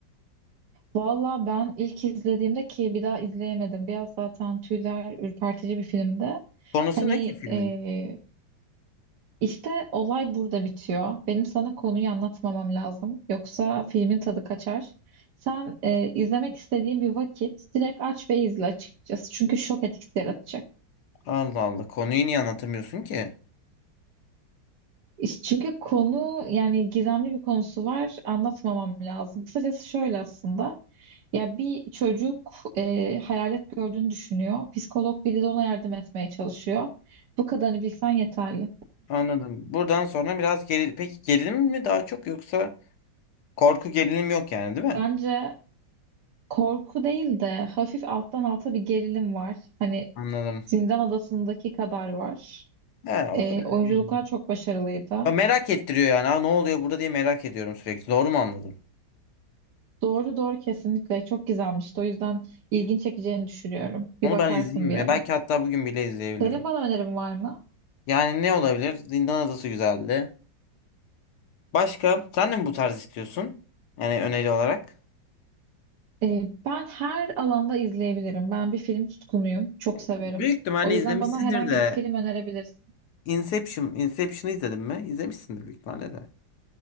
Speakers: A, on the right; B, on the left.
A: valla ben ilk izlediğimde ki bir daha izleyemedim. Biraz zaten tüyler ürpertici bir filmdi.
B: Konusu
A: Hani
B: ne ki filmin?
A: e, İşte olay burada bitiyor. Benim sana konuyu anlatmamam lazım. Yoksa filmin tadı kaçar. Sen e, izlemek istediğin bir vakit direkt aç ve izle açıkçası. Çünkü şok etkisi yaratacak.
B: Allah Allah. Konuyu niye anlatamıyorsun ki?
A: İş- Çünkü konu yani gizemli bir konusu var. Anlatmamam lazım. Kısacası şöyle aslında. Ya bir çocuk e, hayalet gördüğünü düşünüyor. Psikolog biri de ona yardım etmeye çalışıyor. Bu kadarını bilsen yeterli.
B: Anladım. Buradan sonra biraz geri... Peki gerilim mi daha çok yoksa korku gerilim yok yani değil mi?
A: Bence Korku değil de hafif alttan alta bir gerilim var. Hani
B: Anladım.
A: Zindan Adası'ndaki kadar var.
B: He, o
A: Ee,
B: kadar.
A: oyunculuklar
B: değil.
A: çok başarılıydı.
B: Ya merak ettiriyor yani. Aa, ne oluyor burada diye merak ediyorum sürekli. Doğru mu anladım?
A: Doğru doğru kesinlikle çok güzelmişti. O yüzden ilgin çekeceğini düşünüyorum. Bir
B: Onu
A: bakarsın
B: ben izleyeyim
A: bir
B: mi?
A: ara.
B: Belki hatta bugün bile izleyebilirim.
A: Senin bana önerin var mı?
B: Yani ne olabilir? Zindan Adası güzeldi. Başka sen de mi bu tarz istiyorsun? Yani öneri olarak.
A: Ee, ben her alanda izleyebilirim. Ben bir film tutkunuyum. Çok severim.
B: Büyük ihtimalle
A: O yüzden
B: izlemişsindir
A: bana herhangi
B: de
A: bir film önerebilirsin.
B: Inception, Inception'ı izledin mi? İzlemişsindir büyük ihtimalle de.